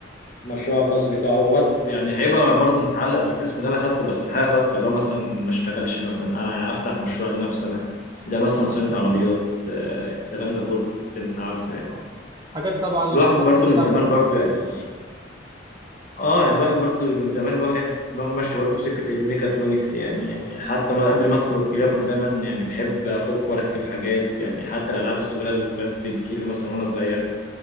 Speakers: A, on the left; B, on the right.
A: مشروع الخاص بتاعه هو بس يعني هيبقى برضو متعلق بالقسم اللي انا خدته بس حاجه خاصه اللي هو مثلا ما اشتغلش مثلا آه، افتح مشروع لنفسي انا زي مثلا صيانه
B: مم.
A: عربيات آه، الكلام ده كله انت عارفه يعني
B: اه حاجات تبع للتخصص
A: الواحد برضو
B: بتاعك
A: من زمان
B: برضه
A: برضو يعني اه يعني الواحد برضو من زمان الواحد دماغه ماشيه برضو في سكه الميكاترونكس يعني يعني حتى ما قبل ما ادخل الكليه كنت دايما يعني بحب افك واركب حاجات يعني حتى الالعاب الصغيره اللي كانت بتجيلي مثلا وانا صغير